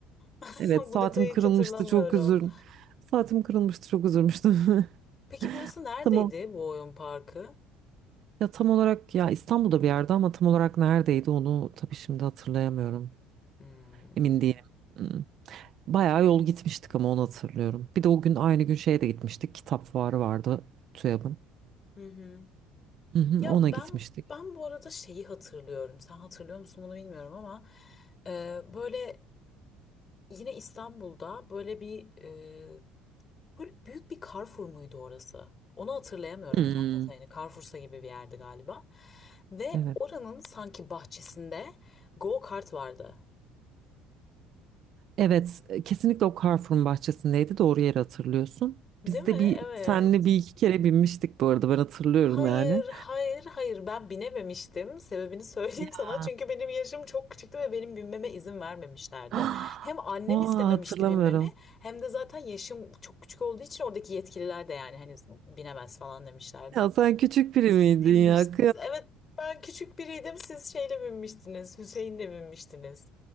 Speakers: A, on the left; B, on the right.
A: <laughs>
B: Evet
A: bu
B: saatim
A: detayı
B: kırılmıştı
A: hiç hatırlamıyorum.
B: çok üzül. Saatim kırılmıştı çok üzülmüştüm. <laughs>
A: Peki burası neredeydi
B: Tamam.
A: bu oyun parkı?
B: Ya tam olarak ya İstanbul'da bir yerde ama tam olarak neredeydi onu tabii şimdi hatırlayamıyorum.
A: Hmm.
B: Emin değilim. Hmm. Bayağı yol gitmiştik ama onu hatırlıyorum. Bir de o gün aynı gün şeye de gitmiştik. Kitap fuarı vardı TÜYAB'ın.
A: Hı hı.
B: Hı hı,
A: Ya
B: ona gitmiştik.
A: ben ben bu arada şeyi hatırlıyorum. Sen hatırlıyor musun bunu bilmiyorum ama e, böyle yine İstanbul'da böyle bir e, böyle büyük bir Carrefour muydu orası? Onu hatırlayamıyorum
B: Hmm,
A: tam detayını. Hani Carrefour'sa gibi bir yerdi galiba. Ve
B: evet.
A: oranın sanki bahçesinde go kart vardı.
B: Evet, e, kesinlikle o Carrefour'un bahçesindeydi. Doğru yeri hatırlıyorsun.
A: Değil
B: Biz
A: mi?
B: de
A: Evet.
B: bir senle bir iki kere binmiştik bu arada ben hatırlıyorum
A: Hayır,
B: yani.
A: hayır, hayır. Ben binememiştim. Sebebini söyleyeyim
B: Ya.
A: <laughs> sana. Çünkü benim yaşım çok küçüktü ve benim binmeme izin vermemişlerdi.
B: <gasps>
A: Hem annem
B: Aa,
A: istememişti
B: hatırlamıyorum.
A: binmemi, hem de zaten yaşım çok küçük olduğu için oradaki yetkililer de yani hani binemez falan demişlerdi.
B: Ya sen küçük biri
A: Siz
B: miydin
A: binmiştiniz.
B: ya?
A: Evet, ben küçük biriydim. Siz şeyle binmiştiniz. Hüseyin'le binmiştiniz.